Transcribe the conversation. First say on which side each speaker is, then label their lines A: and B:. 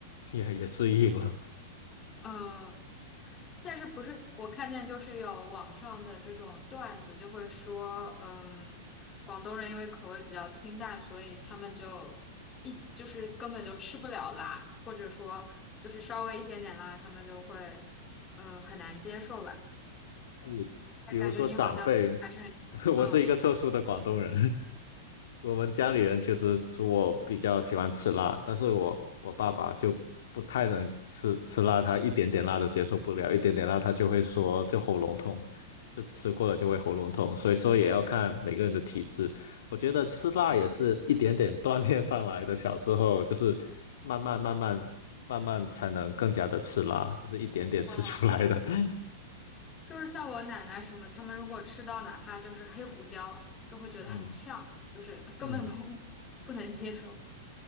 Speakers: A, on the left (about 65°); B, on the left (about 25°).
A: 也也适应了。
B: 嗯，但是不是我看见就是有网上的这种段子，就会说，嗯，广东人因为口味比较清淡，所以他们就一就是根本就吃不了辣，或者说就是稍微一点点辣，他们就会呃很难接受吧。
A: 你比如说长辈，
B: 但感觉你好像还是很，
A: <laughs>
B: 嗯，
A: 我是一个特殊的广东人。
B: 对，
A: 我们家里人其实是我比较喜欢吃辣，但是我我爸爸就不太能吃吃辣，他一点点辣都接受不了，一点点辣他就会说就喉咙痛，就吃过了就会喉咙痛，所以说也要看每个人的体质。我觉得吃辣也是一点点锻炼上来的，小时候就是慢慢慢慢慢慢才能更加的吃辣，就是一点点吃出来的。
B: 嗯，
A: <laughs>
B: 就是像我奶奶什么，他们如果吃到哪怕就是黑胡椒，都会觉得很呛，
A: 嗯
B: 就是根本不不能接受。
A: 嗯。